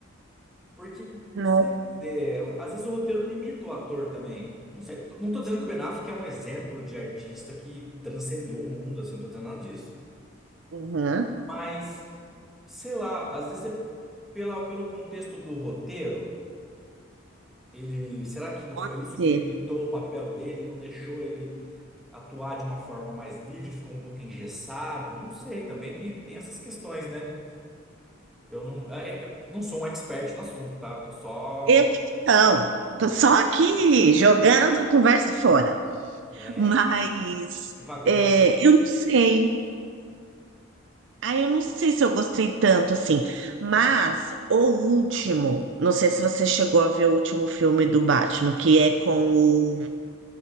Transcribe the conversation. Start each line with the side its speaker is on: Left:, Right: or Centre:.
Centre: Porque, não
Right: Não.
Centre: sei dizer, às vezes o roteiro limita o ator também. Não sei, não tô dizendo que o Ben Affleck é um exemplo de artista que transcendeu o mundo, assim, não tô dizendo nada disso.
Right: Uhum.
Centre: Mas, sei lá, às vezes é pela, pelo contexto do roteiro, ele, será que não
Right: Pode
Centre: foi isso
Right: ser.
Centre: que limitou o papel dele, e não deixou ele atuar de uma forma mais livre, ficou um pouco engessado? Não sei, também tem, tem essas questões, né? Eu não, é- é- não sou um expert no assunto, tá? Eu Tô só,
Right: Eu não. Tô só aqui jogando conversa fora.
Centre: é,
Right: Mas
Centre: isso, divagando
Right: é,
Centre: ideia.
Right: eu não sei. Ah, eu não sei se eu gostei tanto assim. Mas o último, não sei se você chegou a ver o último filme do Batman, que é com